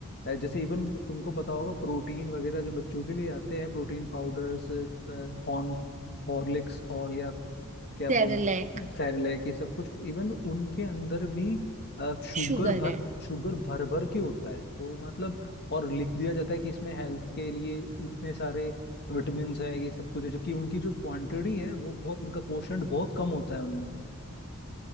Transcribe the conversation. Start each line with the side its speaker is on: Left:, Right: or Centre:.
Left: अ, जैसे इवन तुमको पता होगा प्रोटीन वगैरह जो बच्चों के लिए आते हैं प्रोटीन पाउडर्स हॉर्न हॉर्लिक्स और या क्या
Right: सेरेलैक
Left: बोल सेरेलैक ये सब कुछ इवन उनके अंदर भी अ, शुगर
Right: शुगर
Left: भर
Right: है
Left: शुगर भर भर के होता है तो मतलब और लिख दिया जाता है कि इसमें हेल्थ के लिए इतने सारे विटामिन है ये सब कुछ है जबकि उनकी जो क्वांटिटी है वो बहुत उनका कोशंट बहुत कम होता है उनमें